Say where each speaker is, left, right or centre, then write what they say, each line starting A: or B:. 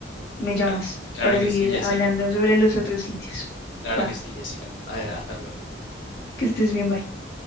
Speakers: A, on the left; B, on the left.
A: Me llamas
B: Claro, claro
A: para
B: que
A: seguir
B: sí, Jessica.
A: hablando sobre los otros sitios.
B: Claro
A: Va,
B: que sí, Jessica. Ah, Hasta luego.
A: que estés bien, bye.